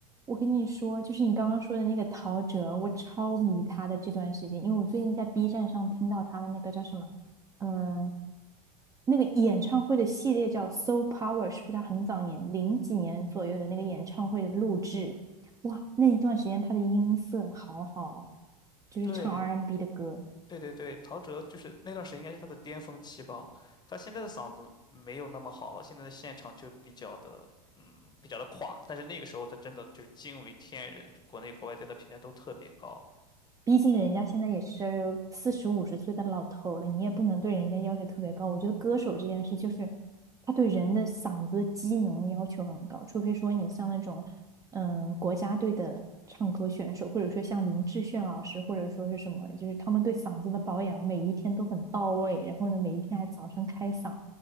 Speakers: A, on the right; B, on the left.
A: 我跟你说，就是你刚刚说的那个陶喆，我超迷他的这段时间，因为我最近在 B 站上听到他的那个叫什么，呃，那个演唱会的系列叫《s o Power》，是不是他很早年零几年左右的那个演唱会的录制？哇，那一段时间他的音色好好哦就是唱
B: 对，
A: R&B n 的歌。
B: 对对对，陶喆就是那段时间应该是他的巅峰期吧。他现在的嗓子没有那么好了，现在的现场就比较的，嗯，比较的垮。但是那个时候他真的就是惊为天人，就国内国外对他评价都特别高。
A: 毕竟人家现在也是四十五十岁的老头了，你也不能对人家要求特别高。我觉得歌手这件事就是，他对人的嗓子机能要求很高，除非说你像那种，嗯，国家队的唱歌选手，或者说像林志炫老师，或者说是什么，就是他们对嗓子的保养每一天都很到位，然后呢，每一天还早上开嗓